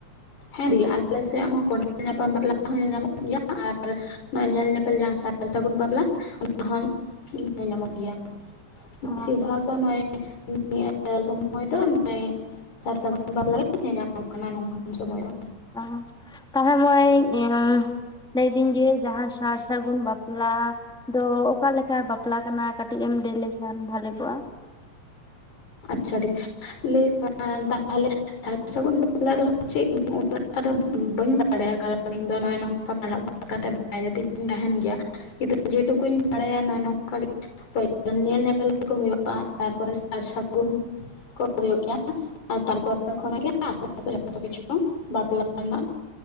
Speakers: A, on the left; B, in the centre.
A: ᱦᱮᱸ ᱫᱤ ᱟᱞᱮ ᱥᱮᱫ ᱦᱚᱸ ᱠᱚᱸᱰᱮᱞ ᱧᱟᱯᱟᱢ ᱵᱟᱯᱞᱟ ᱦᱚᱸ ᱧᱮᱞ ᱧᱟᱢᱚᱜ ᱜᱮᱭᱟ ᱟᱨ ᱧᱮᱞ ᱧᱮᱯᱮᱞ ᱡᱟᱦᱟᱸ ᱥᱟᱨ ᱥᱟᱹᱜᱩᱱ ᱵᱟᱯᱞᱟ ᱚᱱᱟ ᱦᱚᱸ ᱧᱟᱢᱚᱜ ᱜᱮᱭᱟ
B: ᱚ
A: ᱵᱮᱥᱤᱨ ᱵᱷᱟᱜᱽ ᱫᱚ ᱱᱚᱜᱚᱭ ᱱᱤᱭᱟᱹ ᱥᱚᱢᱚᱭ ᱫᱚ <unintelligible> ᱥᱟᱨ ᱥᱟᱹᱜᱩᱱ ᱵᱟᱯᱞᱟ ᱜᱮ ᱧᱮᱞ ᱧᱟᱢᱚᱜ ᱠᱟᱱᱟ ᱱᱚᱝᱠᱟᱱ ᱥᱚᱢᱚᱭ ᱫᱚ
B: ᱟ ᱛᱟᱦᱚᱞᱮ ᱤᱭᱟᱹ ᱞᱟᱹᱭᱫᱤᱧ ᱡᱮ ᱡᱟᱦᱟᱸ ᱥᱟᱨ ᱥᱟᱹᱜᱩᱱ ᱵᱟᱯᱞᱟ ᱫᱚ ᱚᱠᱟᱞᱮᱠᱟ ᱵᱟᱯᱞᱟ ᱠᱟᱱᱟ ᱠᱟᱹᱴᱤᱡ ᱮᱢ ᱞᱟᱹᱭ ᱞᱮᱠᱷᱟᱱ ᱵᱷᱟᱞᱮ ᱠᱚᱜᱼᱟ
A: ᱟᱪᱪᱷᱟ ᱫᱤ ᱞᱟᱭ ᱛᱟᱦᱚᱞᱮ ᱥᱟᱨ ᱥᱟᱹᱜᱩᱱ ᱵᱟᱯᱞᱟ ᱫᱚ ᱦᱚᱪᱪᱮ ᱤᱧ ᱩᱱᱟᱹᱜᱴᱟᱜ ᱫᱚ ᱵᱟᱹᱧ ᱵᱟᱲᱟᱭᱟ ᱠᱟᱨᱚᱱ ᱤᱧ ᱫᱚ ᱱᱚᱜᱼᱚᱭ ᱱᱚᱝᱠᱟ <unintelligible> ᱛᱮᱧ ᱛᱟᱦᱮᱱ ᱜᱮᱭᱟ ᱠᱤᱱᱛᱩ ᱡᱮᱴᱩᱠᱩᱧ ᱵᱟᱲᱟᱭᱟ ᱱᱚᱜᱚᱭ ᱱᱚᱝᱠᱟ ᱜᱮ ᱯᱩᱭᱞᱩ ᱧᱮᱞ ᱧᱮᱯᱮᱞ ᱠᱚ ᱦᱩᱭᱩᱜᱼᱟ ᱛᱟᱨᱯᱚᱨᱮ ᱥᱟᱨ ᱥᱟᱹᱜᱩᱱ ᱠᱚ ᱦᱩᱭᱩᱜ ᱜᱮᱭᱟ ᱟᱨ ᱛᱟᱨᱯᱚᱨᱮ ᱠᱷᱚᱱᱟᱜ ᱜᱮ ᱟᱥᱮ ᱯᱟᱪᱷᱮ ᱡᱚᱛᱚ ᱠᱤᱪᱷᱩ ᱵᱟᱯᱞᱟ ᱮᱢᱟᱱ